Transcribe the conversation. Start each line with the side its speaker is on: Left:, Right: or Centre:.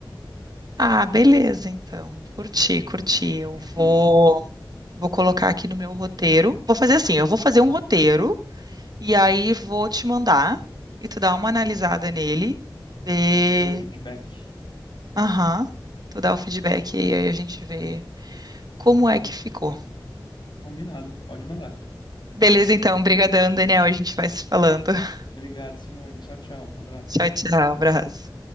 Right: Ah, beleza, então. Curti, curti. Eu
Left: <laughs>
Right: vou, vou colocar aqui no meu roteiro. Vou fazer assim, eu vou fazer um roteiro e aí vou te mandar e tu dá uma analisada nele, ver
Left: Eu te dou o feedback.
Right: Aham. Tu dá o feedback e aí a gente vê como é que ficou.
Left: Combinado, pode mandar.
Right: Beleza, então. Obrigadão, Daniel. A gente vai se falando. <laughs>
Left: Obrigado, Simone. Tchau, tchau. Abraço.
Right: Tchau, tchau. Abraço.